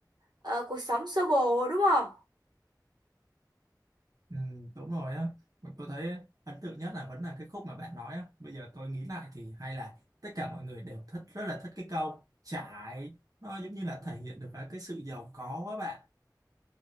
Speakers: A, on the right; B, on the right.
A: ờ, cuộc sống sơ bộ đúng không
B: ừ, đúng rồi á Mà tôi thấy ấn tượng nhất là vẫn là cái khúc mà bạn nói á bây giờ tôi nghĩ lại thì hay là tất cả mọi người đều thích rất là thích cái câu trải nó giống như là thể hiện được cái cái sự giàu có á bạn